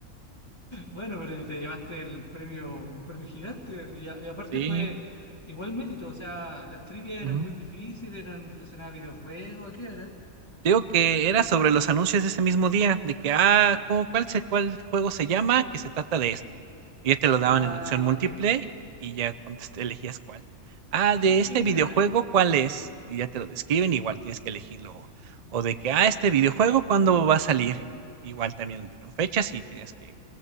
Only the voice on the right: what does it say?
Sí.
ujú.
Digo que era sobre los anuncios de ese mismo día, de que, ah, ¿cómo, cuál, se, cuál juego se llama? Que se trata de esto. Y ya te lo daban
en opción múltiple
y ya contesté, elegías cuál. Ah, de
este videojuego, ¿cuál es? Y ya te lo describen, igual tienes que elegirlo. O de que, ah, este videojuego, ¿cuándo va a salir? Igual también dieron fechas y tenías que